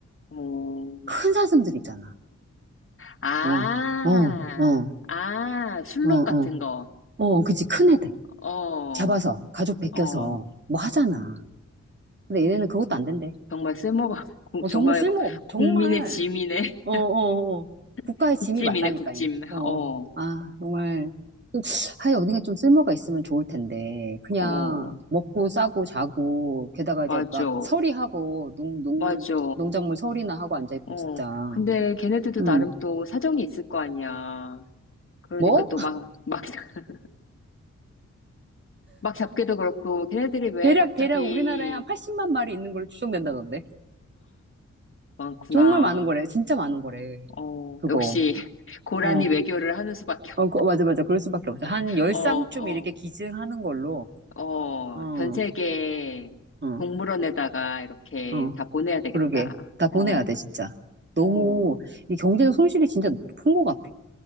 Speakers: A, on the left (about 45°); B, on the right (about 40°).
A: 어,
B: 큰 사슴들 있잖아.
A: 아,
B: 어, 어, 어,
A: 아, 술록
B: 어, 어,
A: 같은 거.
B: 어, 그치 큰 애들.
A: 어,
B: 잡아서 가족 베껴서
A: 어,
B: 뭐 하잖아. 근데 얘네는 그것도 안 된대.
A: 정말 쓸모가, <laughs> 구-
B: 어,
A: 정말
B: 정말 쓸모없,
A: 국민의
B: 정말,
A: 짐이네.
B: 어, 어, 어. 국가의
A: <laughs> 국짐이네,
B: 짐이 맞다니까요.
A: 국짐.
B: 어.
A: 어,
B: 아, 정말. 하여 어딘가 좀 쓸모가 있으면 좋을 텐데. 그냥
A: 어,
B: 먹고 싸고 자고, 게다가
A: 맞아,
B: 이제 막 서리하고, 농, 농,
A: 맞아.
B: 농작물 서리나 하고 앉아있고,
A: 어,
B: 진짜.
A: 근데 걔네들도
B: 음.
A: 나름 또 사정이 있을 거 아니야. 그러니까
B: 뭐?
A: 또 막, 막, <laughs> 막 잡기도 그렇고, 걔네들이 왜
B: 대략,
A: 갑자기
B: 대략 우리나라에 한 80만 마리 있는 걸로 추정된다던데.
A: 많구나.
B: 정말 많은 거래. 진짜 많은 거래.
A: 어,
B: 그거.
A: 역시 <laughs> 고라니
B: 어.
A: 외교를 하는 수밖에 없.
B: 어, 그- 어, 맞아, 맞아. 그럴 수밖에 없어. 한 열
A: 어,
B: 쌍쯤
A: 어,
B: 이렇게 기증하는 걸로.
A: 어,
B: 어,
A: 전 세계
B: 어,
A: 동물원에다가 이렇게
B: 어.
A: 다 보내야 되겠다.
B: 그러게. 다 보내야
A: 어,
B: 돼, 진짜.
A: 어,
B: 너무, 이 경제적 손실이 진짜 큰 것 같아.